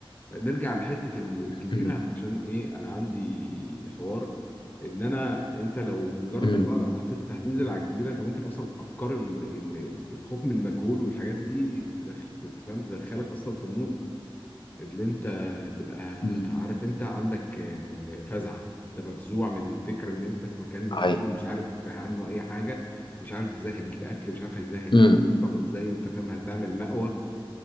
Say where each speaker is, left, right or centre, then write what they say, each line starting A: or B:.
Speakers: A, on the left; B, on the left.
A: نرجع لحتة الجزيرة
B: مم.
A: عشان ايه انا عندي حوار ان انا انت لو مجرد
B: مم.
A: ما تقعد هتت- هتنزل على الجزيرة انت ممكن اصلا افكار ال- ال- الخوف من المجهول والحاجات دي تدخ... أنت فاهم تدخلك اصلا في مود اللي انت تبقى
B: مم.
A: عارف انت عندك آه، فزع انت مفزوع من الفكرة ان انت في مكان مجهول
B: ايوه
A: مش عارف عنه اي حاجة مش عارف ازاي هتجيب اكل مش عارف ازاي هتج-
B: مم.
A: هتشرب ازاي انت فاهم هتعمل مأوى